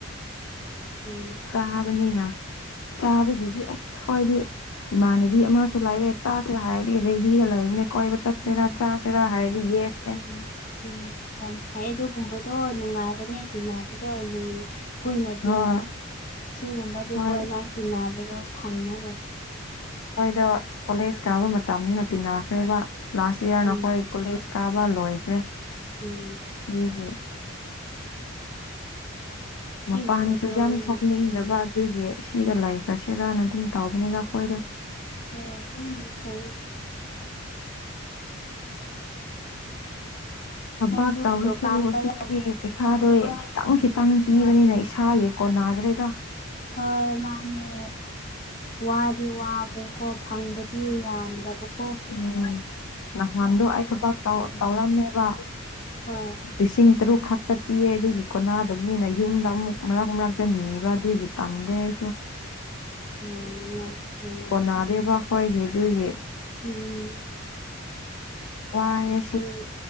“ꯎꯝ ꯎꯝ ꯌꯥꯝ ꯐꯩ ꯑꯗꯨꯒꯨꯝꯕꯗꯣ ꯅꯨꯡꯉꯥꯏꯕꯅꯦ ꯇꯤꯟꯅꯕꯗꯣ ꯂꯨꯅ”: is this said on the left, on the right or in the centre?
Left